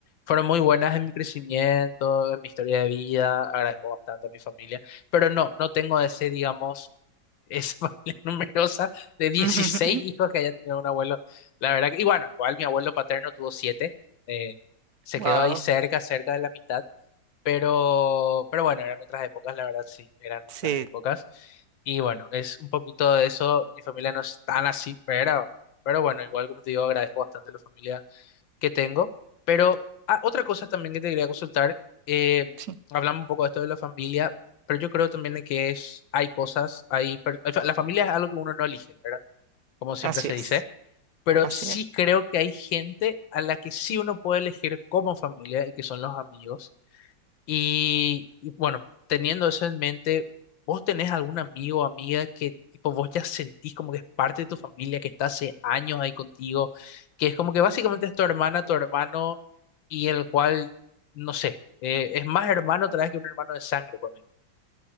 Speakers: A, on the left; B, on the right.
A: fueron muy buenas en mi crecimiento, en mi historia de vida, agradezco bastante a mi familia, pero no, no tengo ese, digamos... Esa <laughs> familia numerosa de 16
B: <laughs>
A: hijos que haya tenido un abuelo. La verdad que, y bueno, igual mi abuelo paterno tuvo siete eh, se
B: Wow.
A: quedó ahí cerca, cerca de la mitad pero, pero bueno, eran otras épocas, la verdad sí, eran otras
B: Sí,
A: épocas. Y bueno, es un poquito de eso. Mi familia no es tan así, pero, pero bueno, igual como te digo, agradezco bastante la familia que tengo. Pero ah, otra cosa también que te quería consultar, eh,
B: sí,
A: hablamos un poco de esto de la familia, pero yo creo también de que es, hay cosas, hay, per- o sea, la familia es algo que uno no elige, ¿verdad? Como siempre
B: así
A: se dice.
B: es,
A: Pero
B: así
A: sí
B: es.
A: creo que hay gente a la que sí uno puede elegir como familia y que son los amigos. Y, y bueno, teniendo eso en mente, ¿vos tenés algún amigo o amiga que tipo vos ya sentís como que es parte de tu familia, que está hace años ahí contigo, que es como que básicamente es tu hermana, tu hermano, y el cual, no sé, eh, es más hermano otra vez que un hermano de sangre, ponen.